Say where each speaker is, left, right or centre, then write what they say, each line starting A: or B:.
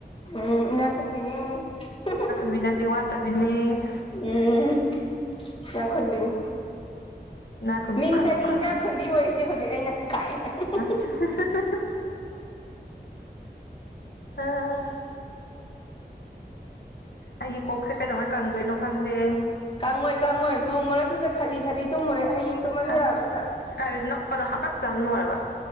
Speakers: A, on the left (about 30°); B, on the left (about 75°).
A: ꯎꯨꯝ ꯏꯅꯥꯈꯨꯟꯕꯤꯅꯦ ꯍꯥ ꯍꯥ ꯍ
B: ꯗꯨ ꯅꯪꯗꯤ ꯋꯥꯠ ꯇꯕꯤꯅꯦ
A: ꯎꯝ ꯏꯅꯥꯛꯈꯨꯟꯕꯤꯅꯤ
B: ꯏꯅꯥꯛ ꯈꯨꯟꯕꯤ
A: ꯃꯤꯡꯇꯅꯤ
B: ꯈꯨꯜꯂꯨ ꯈꯨꯜꯂꯨ
A: ꯏꯅꯥꯛꯈꯨꯟꯕꯤ ꯑꯣꯏꯔꯤꯁꯦ ꯍꯧꯖꯤꯛ ꯑꯩꯅ ꯀꯥꯏꯅ ꯑꯍꯥ ꯍꯥ ꯍꯥ
B: ꯍꯥꯍꯥ ꯍꯥ ꯍꯥ ꯍ ꯍꯥ ꯑꯥ ꯑꯩꯒꯤ ꯀꯣꯛꯁꯦ ꯀꯩꯗꯧꯉꯩ ꯀꯪꯗꯣꯏꯅꯣ ꯈꯪꯗꯦ꯫
A: ꯀꯪꯉꯣꯏ ꯀꯪꯉꯣꯏ ꯅꯣꯡ ꯃꯔꯛꯇꯨꯗ ꯈꯠꯂꯤ ꯈꯠꯂꯤ ꯇꯨꯝꯃꯨꯔꯦ ꯍꯌꯦꯡ ꯇꯨꯝꯃꯁꯨ ꯌꯥꯕꯗꯨꯗ
B: ꯑꯁ꯫ ꯀꯥꯏꯗꯩ ꯅꯞꯄꯗ ꯍꯥꯀꯠꯆꯕꯅ ꯂꯣꯏꯔꯕ